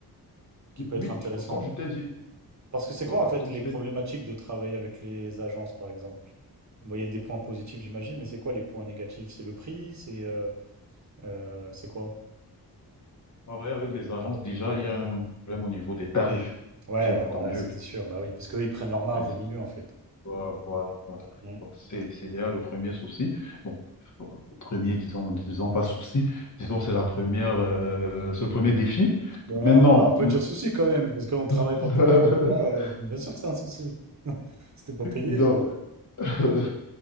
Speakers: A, on the right; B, on the left.
A: qui peut être
B: Oui,
A: intéressant.
B: je- comme je t'ai dit,
A: Parce que c'est
B: euh,
A: quoi en fait
B: comme
A: les
B: je t'ai
A: problématiques
B: dit,
A: de travailler avec les agences par exemple? Bon, il y a des points positifs j'imagine, mais c'est quoi les points négatifs? C'est le prix? C'est euh, euh, c'est quoi?
B: travailler avec les agences, déjà, il y a un problème au niveau des tarifs,
A: Ouais,
B: bien entendu.
A: bah ouais, c'était sûr, bah oui, parce qu'eux ils prennent leur marge
B: Oui.
A: au milieu en fait.
B: Voilà, voilà. voilà.
A: Mm.
B: Donc, c'est c'est déjà le premier souci. Bon, bon, premier, disons, disons pas souci, disons, c'est la première, euh, c'est le premier défi.
A: Bah
B: Maintenant,
A: ouais, on peut dire souci quand même, parce qu'on travaille
B: <laughs>
A: pas pour rien, tu vois. euh, bien sûr que c'est un souci. <laughs> C'était pas payé.
B: donc,
A: euh.
B: <laughs>